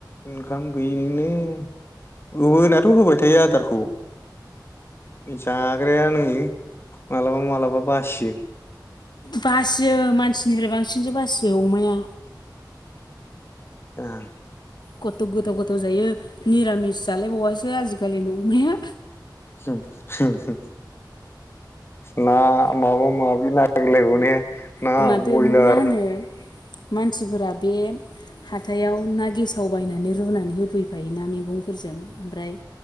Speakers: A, on the left; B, on the left.
A: ओंखाम गैयिनिनो होनायानाथ' होबाय थायो आदारखौ। जाग्राया नोङो मालाबा मालाबा बासियो।
B: बासियो मानसिनिफ्राय बांसिनसो बासियो अमाया।
A: ओ‌
B: खथथ' गोथाव गोथाव जायो निरामिस जालायबावासो आजिखालि अमाया।
A: होम होम होम ना माबा माब नागिर लायबावो ने? ना
B: माथो
A: बयलार
B: मा होनो मानसिफोरा बे हाथायाव ना गेसाव बायनानै रुनानै होफैफायो ना मैगंफोरजों ओमफ्राय